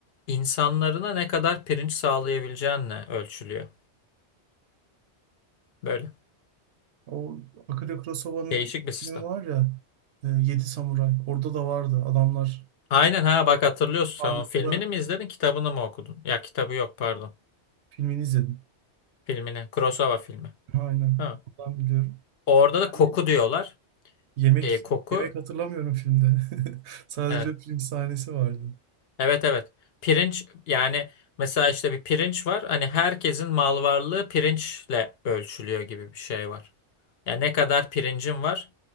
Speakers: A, on the left (about 65°); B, on the right (about 75°).
A: insanlarına ne kadar pirinç sağlayabileceğinle ölçülüyor. Böyle
B: O Akira Kurosawa'nın
A: değişik bir sistem.
B: filmi var ya e, Yedi Samuray. Orada da vardı. Adamlar
A: Aynen ha bak
B: e,
A: hatırlıyorsun
B: parmakla
A: sen onun filmini mi izledin kitabını mı okudun? Ya kitabı yok pardon.
B: filmini izledim.
A: Filmini. Kurosawa filmi.
B: <laughs> Aynen.
A: Ha.
B: Oradan biliyorum.
A: Orada da
B: Yani
A: koku diyorlar.
B: yemek
A: E, koku
B: yemek hatırlamıyorum filmde. <laughs> Sadece
A: evet.
B: film sahnesi vardı.
A: Evet evet. Pirinç yani mesela işte bir pirinç var. Hani herkesin mal varlığı pirinçle ölçülüyor gibi bir şey var. Yani ne kadar pirincin var,